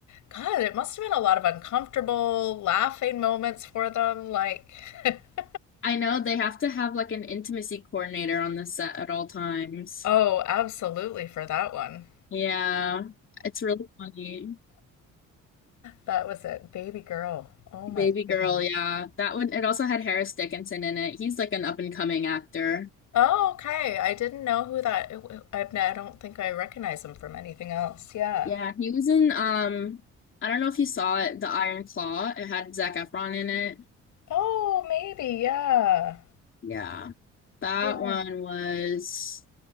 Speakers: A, on the left (about 75°); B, on the left (about 40°).
A: God, it must have been a lot of uncomfortable laughing moments for them. Like, <laughs>
B: I know they have to have like an intimacy coordinator on the set at all times.
A: Oh, absolutely for that one.
B: Yeah. It's really funny.
A: That was it. Baby girl. Oh my
B: Baby
A: goodness.
B: girl, yeah. That one, it also had Harris Dickinson in it. He's like an up and coming actor.
A: Oh, okay. I didn't know who that. I, I don't think I recognize him from anything else. Yeah.
B: Yeah, he was in um I don't know if you saw it, The Iron Claw. It had Zac Efron in it.
A: Oh, maybe. Yeah.
B: Yeah. That
A: Yeah.
B: one was